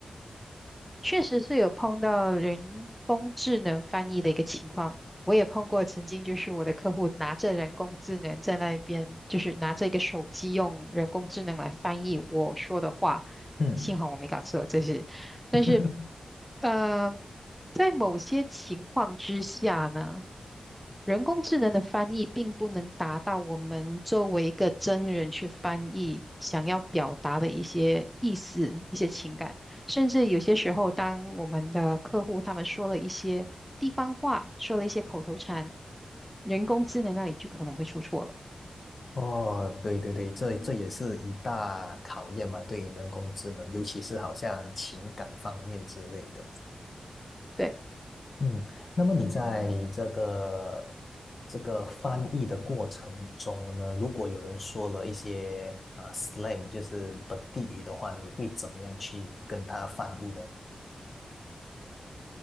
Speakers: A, in the centre; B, on the left.
A: 确实是有碰到人工智能翻译的一个情况。我也碰过，曾经就是我的客户拿着人工智能在那边，就是拿着一个手机用人工智能来翻译我说的话，
B: 嗯，
A: 幸好我没搞错，这是，但是，
B: <laughs>
A: 呃，在某些情况之下呢。人工智能的翻译并不能达到我们作为一个真人去翻译想要表达的一些意思、一些情感，甚至有些时候，当我们的客户他们说了一些地方话，说了一些口头禅，人工智能那里就可能会出错了。
B: 哦，对对对，这这也是一大考验嘛，对于人工智能，尤其是好像情感方面之类的。
A: 对。
B: 嗯，那么你在这个这个翻译的过程中呢，如果有人说了一些呃 slang，就是本地语的话，你会怎么样去跟他翻译呢？